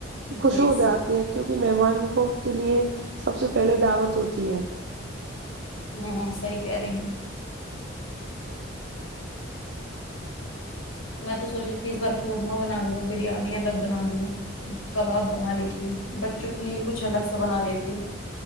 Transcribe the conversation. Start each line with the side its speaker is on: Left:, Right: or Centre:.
Right: خشک
Left: جی
Right: ہو جاتی ہے کیونکہ مہمان کو کے لیے سب سے پہلے دعوت ہوتی ہے
Left: ہا ہاں صحیح کھ رہی ہیں میں تو سوچ رہی تھی اس بار قورمہ بنا لوں بریانی الگ بنا لوں کباب بنا لیتی ہو بچوں کے لیے کچھ الگ سا بنا لیتی ہو